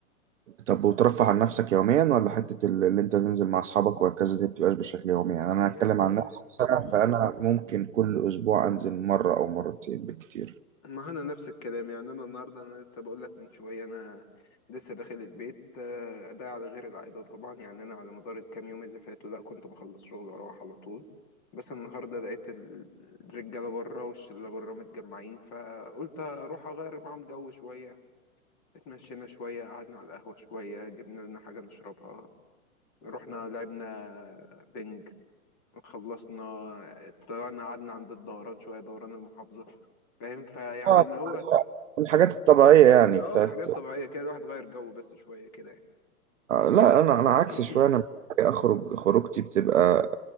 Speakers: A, on the right (about 55°); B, on the left (about 35°).
A: طب وترفه عن نفسك يوميا ولا حته ال- اللي انت تنزل مع اصحابك وهكذا دي بتبقاش بشكل يومي يعني انا
B: يعني
A: هتكلم عن نفسي مثلا فانا ممكن كل اسبوع انزل مره او مرتين بالكتير
B: ما انا نفس الكلام يعني انا النهارده انا لسه بقول لك من شويه انا لسه داخل البيت آه، ده على غير العاده طبعا يعني انا على مدار الكام يوم اللي فاتوا لا كنت بخلص شغل واروح على طول بس النهارده لقيت ال- الرجاله بره والشله بره متجمعين فقلت اروح اغير معاهم جو شويه اتمشينا شويه قعدنا على القهوه شويه جبنا لنا حاجه نشربها رحنا لعبنا بنج خلصنا طلعنا قعدنا عند الدوران شويه دوران المحافظه فاهم فيعني
A: آه،
B: اللي هو
A: الحاجات الطبيعية يعني
B: اه
A: بتاعت
B: حاجات طبيعية كده الواحد غير جو بس شوية كده يعني
A: آه، لا أنا أنا عكس
B: <clears throat>
A: شوية أنا أخرج خروجتي بتبقى